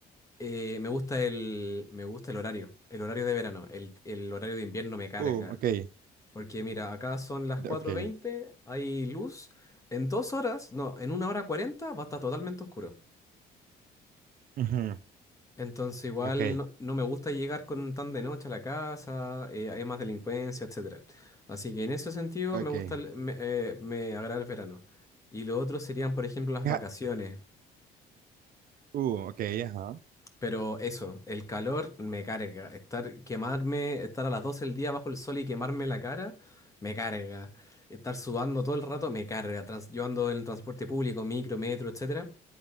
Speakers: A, on the left; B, on the right.
A: eh, me gusta el, me gusta el horario, el horario de verano, el, el horario de invierno me carga,
B: Uh, ok.
A: porque mira, acá son las
B: de-
A: cuatro
B: Ok.
A: veinte, hay luz, en dos horas, no, en una hora 40, va a estar totalmente oscuro.
B: ujú,
A: Entonces igual
B: Ok.
A: no, no me gusta llegar con tan de noche a la casa, eh, hay más delincuencia, etcétera. Así que en ese sentido
B: Ok.
A: me gusta, el- me, eh, me agrada el verano. Y lo otro serían, por ejemplo, las
B: Ja-
A: vacaciones.
B: Uh, ok, ajá.
A: Pero eso, el calor me carga. Estar, quemarme, estar a las 12 del día bajo el sol y quemarme la cara, me carga. Estar sudando todo el rato, me carga. Trans- yo ando en transporte público, micro, metro, etcétera.